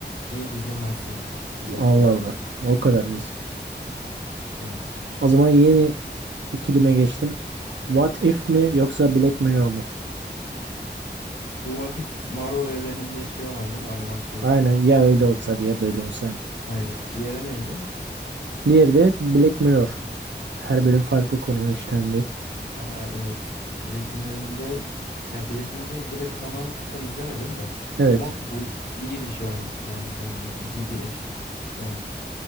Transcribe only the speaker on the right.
Allah
Allah. O kadar diyorsun.
O zaman yeni ikilime geçtim. What If mi yoksa Black Mirror mu?
Aynen ya öyle olsa ya böyle olsa.
Diğeri de Black Mirror. Her bölüm farklı konunun işlendiği.
Evet.